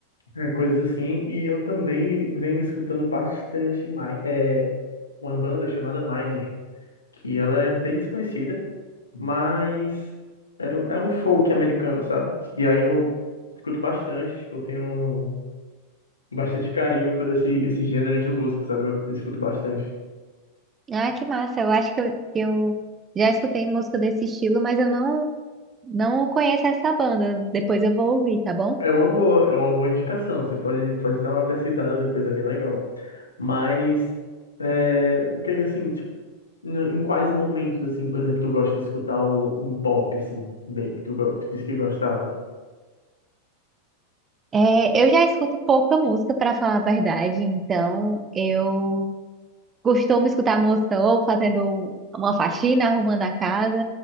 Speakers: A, on the left (about 75°); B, on the right (about 20°).
A: É, coisas assim. E eu também venho escutando bastante mi- é, uma banda chamada Miner, que ela é bem desconhecida, mas é, é um folk americano, sabe? E aí eu escuto bastante, tipo, eu tenho bastante carinho por esse, esse gênero de música, sabe? Eu escuto bastante.
B: Ah, que massa, eu acho que eu, que eu já escutei música desse estilo, mas eu não. Não conheço essa banda, depois eu vou ouvir, tá bom?
A: É uma boa, é uma boa indicação. Você pode, pode dar uma pesquisada depois, é bem legal. Mas é, o que é que, assim, tipo, n- em quais momentos assim, por exemplo, tu gosta de escutar o- um pop assim, bem que tu, go- que tu disse que gostava?
B: É, eu já escuto pouca música, pra falar a verdade, então eu costumo escutar música ou fazendo uma faxina, arrumando a casa,